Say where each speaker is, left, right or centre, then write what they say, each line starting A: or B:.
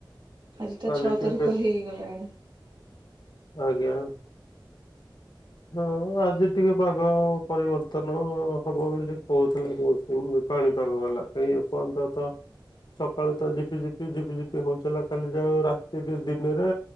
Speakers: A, on the right; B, on the left.
A: ଆଜି ତ
B: କାଲି
A: ଛଅ
B: ଟିକେ
A: ତାରିଖ
B: ଦେଖ
A: ହେଇଗଲାଣି।
B: ଆଜ୍ଞା। ହଁ ଆଜି ଟିକେ ପାଗ ପରିବର୍ତ୍ତନ ହବ ବୋଲି କହୁଥିଲେ କହୁଚି ମୁଁ। ପାଣିପାଗ ବାଲା କାଇଁ ଏ ପର୍ଯ୍ୟନ୍ତ ତ ସକାଳୁ ତ ଝିପି ଝିପି ଝିପି ଝିପି ହଉଥିଲା କାଲି ଯାଉ ରାତି ଟିକେ ଦିନେରେ